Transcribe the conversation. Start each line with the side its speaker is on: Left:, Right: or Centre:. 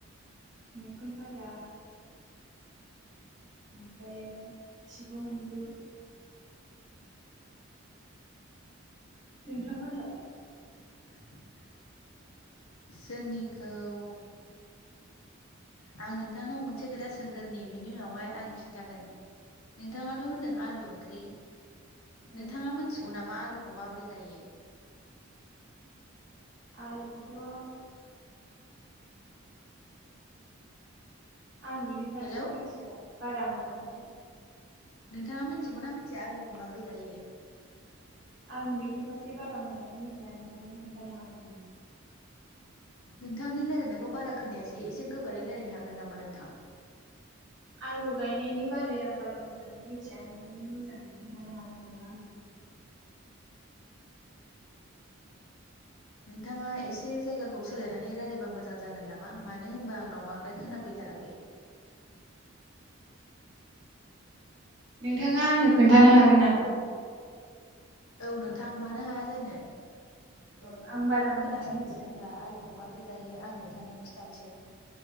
Right: मैखुन फाजा ओमफ्रायो सिबुं मैद्रु। नोंथांमोनहालाय?
Left: <inaudible> जोंनिखौ आं नोंथांनाव मोनसे खोथा सोंगोरनि बिनि उनावहाय आं खिन्थागोन नोंथाङाथ' होन्दों आलु ओंख्रि नोंथाङा
Right: औ
Left: मिथिगौ नामा आलुखौ माबोरै जायो
Right: आलुखौथ' आं बिनि फारसे
Left: हेलौ
Right: मिनथिया बारा मोजांयै
Left: नोंथाङा मिथिगौना मिथिया आलुखौ माबोरै गायो?
Right: आं बिनि फारसे बारा मोजाङै मिथिया नोंथां नों खोन्थानो हागोन नामा?
Left: नोंथांनि रायलायनायखौ बारा खोनायासै एसे गोबारै रायलायनो हागोन नामा नोंथां?
Right: आलु गायनायनि बारै आं बारा मोजाङै मिथिया नोंथांङा मोजाङै खिन्थानो हागोन नामा आंनो?
Left: नोंथाङा एसे जायगाखौ सोलायनानै रायलायबा मोजां जागोन नामा मानो होनबा आंनाव बांद्राय खोनाफैथाराखै।
Right: नोंथाङा आंनो खोन्थानो हागोन नामा?
Left: औ नोंथां मानो हाया जानो
Right: औ आं बारा मोजाङै
Left: खोनासंदो
Right: मिथिया
Left: होनब्ला
Right: ना।
Left: आलुखौ माबोरै गायो आं नों थांनो खिथानोसै